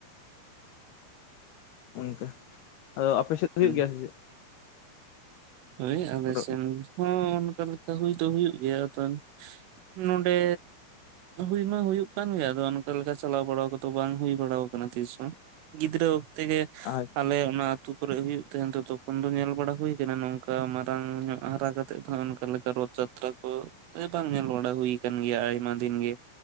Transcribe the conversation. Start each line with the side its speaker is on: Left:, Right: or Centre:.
Left: ᱚᱱᱠᱟ ᱟᱫᱚ ᱟᱯᱮ ᱥᱮᱫ ᱫᱚ
Right: ᱦᱩᱸ
Left: ᱦᱩᱭᱩᱜ ᱜᱮᱭᱟ ᱥᱮ ᱪᱮᱫ
Right: ᱦᱳᱭ ᱟᱞᱮ
Left: ᱨᱚᱫ
Right: ᱥᱮᱱ ᱦᱚᱸ ᱚᱱᱠᱟ ᱞᱮᱠᱟ ᱦᱩᱭ ᱫᱚ ᱦᱩᱭᱩᱜ ᱜᱮᱭᱟ ᱟᱫᱚ ᱱᱚᱰᱮ ᱦᱩᱭ ᱢᱟ ᱦᱩᱭᱩᱜ ᱠᱟᱱ ᱜᱮᱭᱟ ᱟᱫᱚ ᱚᱱᱠᱟ ᱞᱮᱠᱟ ᱪᱟᱞᱟᱣ ᱵᱟᱲᱟ ᱠᱚᱫᱚ ᱵᱟᱝ ᱦᱩᱭ ᱵᱟᱲᱟ ᱠᱟᱱᱟ ᱛᱤᱥᱦᱚᱸ ᱜᱤᱫᱽᱨᱟᱹ ᱚᱠᱛᱮ ᱜᱮ
Left: ᱟᱪᱪᱷᱟ
Right: ᱟᱞᱮ ᱚᱱᱟ ᱟᱹᱛᱩ ᱠᱚᱨᱮ ᱦᱩᱭᱩᱜ ᱛᱟᱦᱮᱱ ᱫᱚ ᱛᱚᱠᱷᱚᱱ ᱫᱚ ᱧᱮᱞ ᱵᱟᱲᱟ ᱦᱩᱭ ᱠᱟᱱᱟ ᱱᱚᱝ ᱢᱟᱨᱟᱝ ᱧᱚᱜ ᱦᱟᱨᱟ ᱠᱟᱛᱮᱜ ᱫᱚ ᱚᱱᱠᱟ ᱞᱮᱠᱟ ᱨᱚᱛ ᱡᱟᱛᱨᱟ ᱠᱚ <unintelligible> ᱧᱮᱞ ᱵᱟᱲᱟ ᱦᱩᱭ ᱠᱟᱱ ᱜᱮᱭᱟ ᱟᱭᱢᱟ ᱫᱤᱱ ᱜᱮ᱾